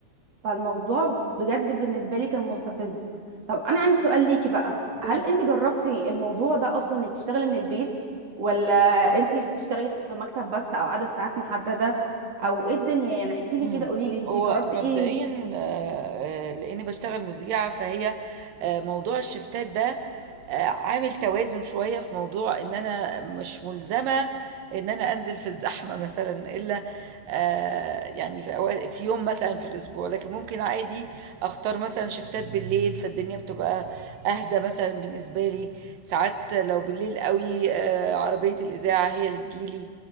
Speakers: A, on the right; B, on the right.
A: فالموضوع بجد بالنسبة لي كان مستفز طب أنا عندي سؤال ليكي بقى
B: قولي
A: هل أنت جربتي الموضوع ده أصلا إنك تشتغلي من البيت ولا أنت بتشتغلي في مكتب بس أو عدد ساعات محددة أو إيه الدنيا يعني احكي لي
B: امم
A: كده قولي لي أنت
B: هو
A: جربتي
B: مبدئيا
A: إيه
B: آه، آه، لاني بشتغل مذيعه فهي آه، موضوع الشفتات ده آه، عامل توازن شويه في موضوع ان انا مش ملزمه ان انا انزل في الزحمه <laughs> مثلا الا آه، يعني في أوا- في يوم مثلا في الاسبوع لكن ممكن عادي اختار مثلا شفتات بالليل فالدنيا بتبقى اهدى مثلا بالنسبه لي ساعات لو بالليل قوي آه، عربيه الاذاعه هي اللي تجيلي